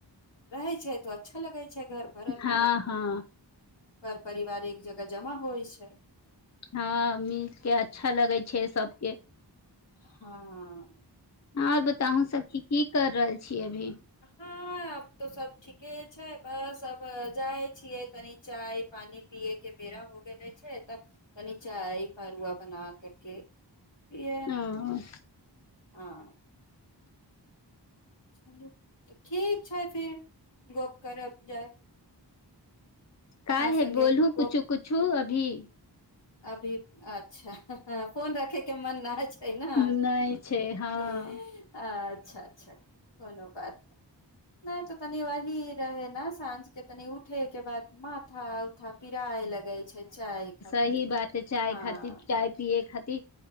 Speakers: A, on the left; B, on the left.
A: रहै छै त अच्छा लगै छै भरल
B: हँ
A: भरल
B: हँ
A: घर परिवार एक जगह जमा होइ छै
B: हँ मिलके अच्छा लगै छै सबके
A: हँ
B: आर बताहु सब कि की कर रहल छी कि अभी
A: हँ आब तऽ सब ठीके छै बस अब जाइ छियै तनी चाय पानि पियए के बेरा हो गेले छै तऽ तनी चाय भड़ुआ बना करके ई
B: ओ
A: हँ चलू तऽ ठीक छै फिर गप्प करब जाय अहाँ
B: काहे
A: संगे
B: बोलू
A: गप
B: कुछो कुछो अभी
A: अभी अच्छा फोन रखे के मन नहि छै ए ने
B: नहि छै हँ
A: अच्छा अच्छा कोनो बात नहि नहि त तनी वही रहे न साँझ के तनि उठे के बाद माथा उथा पी या लगई छै चाय खातिर
B: सही बात छै चाय
A: हँ
B: खातिर चाय पियए खातिर